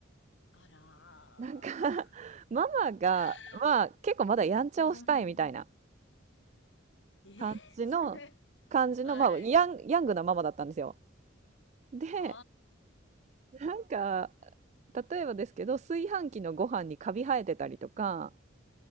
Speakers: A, on the left (about 65°); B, on the right (about 35°).
A: あらー。
B: なんか <laughs> ママが、
A: <laughs>
B: まあ結構まだやんちゃをしたいみたいな
A: あーえー
B: 感じの、
A: <laughs>
B: 感じの、
A: はい。
B: まあヤン、ヤングなママだったんですよ。で、
A: あ
B: なんか、
A: あ。
B: 例えばですけど、炊飯器のご飯にカビ生えてたりとか、